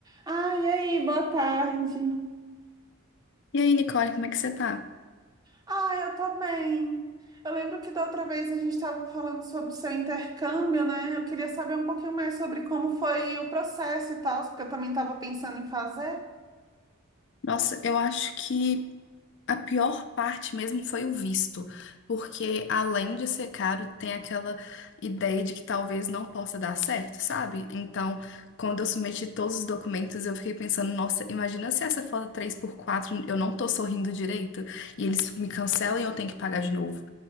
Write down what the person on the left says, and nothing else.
E aí, Nicole, como é que você tá?
Nossa, eu acho que a pior parte mesmo foi o visto, porque além de ser caro, tem aquela ideia de que talvez não possa dar certo, sabe? Então, quando eu submeti todos os documentos, eu fiquei pensando, nossa, imagina se essa foto três por quatro eu não tô sorrindo direito e eles me cancelam e eu tenho que pagar de novo.